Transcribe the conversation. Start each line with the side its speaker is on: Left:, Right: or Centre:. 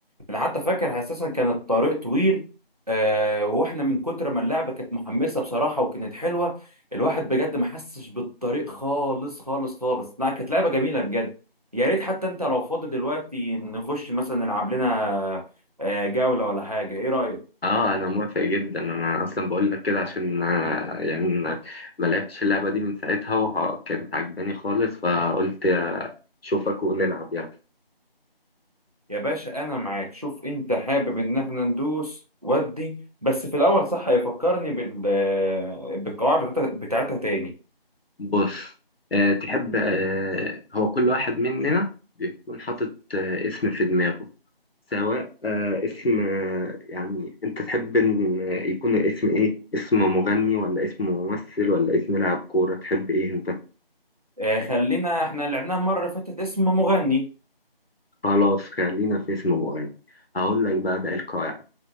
Right: انا حتى فاكر اساسا كان الطريق طويل آه واحنا من كتر ما اللعبه كانت محمسه بصراحه وكانت حلوه الواحد بجد ما حسش بالطريق خالص خالص خالص لا كانت لعبه جميله بجد يا ريت حتى انت لو فاضي دلوقتي نخش مثلا نلعب لنا آه جوله ولا حاجه ايه رايك
Left: اه انا موافق جدا انا اصلا بقول لك كده عشان آه، يعني ما ما لعبتش اللعبة دي من ساعتها وكانت عجباني خالص فقلت اشوفك ونلعب يعني
Right: يا باشا انا معاك شوف انت حابب ان احنا ندوس ودي بس في الاول صح يفكرني بال آه، بالقواعد بتاعتها بتاعتها تاني
Left: بص آه، تحب آه، هو كل واحد مننا بيكون حاطط آه، اسم في دماغه سواء آه، اسم آه، يعني انت تحب ان آه، يكون الاسم ايه اسم مغني ولا اسم ممثل ولا اسم لاعب كورة تحب ايه انت
Right: آه، خلينا احنا لعبناها المره اللي فاتت اسم مغني
Left: خلاص خلينا في اسم مغني هقول لك بقى بقى القواعد